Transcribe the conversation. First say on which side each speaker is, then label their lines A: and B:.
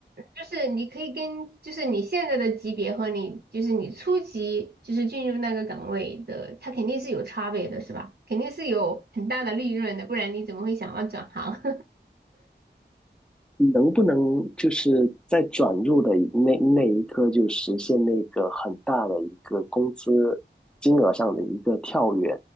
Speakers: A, on the right (about 60°); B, in the centre.
A: 就是你可以跟，就是你现在的级别和你，就是你初级，就是进入那个岗位的，它肯定是有差别的，是吧？肯定是有很大的利润的，不然你怎么会想要转行？
B: 能不能就是在转入的那那一刻就实现那个很大的一个工资金额上的一个跳跃？